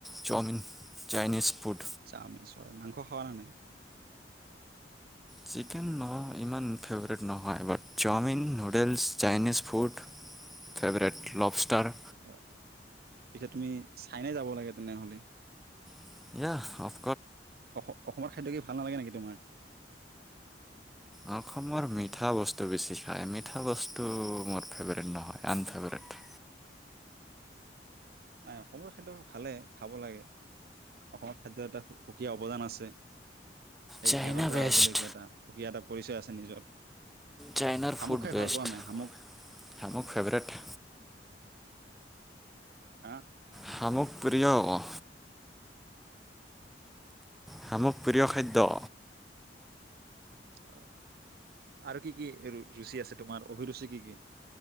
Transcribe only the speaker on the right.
Chowmein চয় মাংস খোৱা না নাই?
হয় পিছে তুমি চাইনাই যাব লাগে তেনেহলে।
অসমৰ খাদ্য কি ভাল নালাগে নেকি তোমাৰ?
নাই অসমৰ খাদ্য ভালে খাব লাগে অসমৰ খাদ্য এটা সুকীয়া অৱদান আছে। স
ইতিহাসৰ পৰা
আজিলৈকে এটা সুকীয়া এটা পৰিচয় আছে নিজৰ
শামুক
খাই
ভাল পোৱা নাই শামুক
হা
অ আৰু কি কি ৰুচি আছে তোমাৰ অভিৰুচি কি কি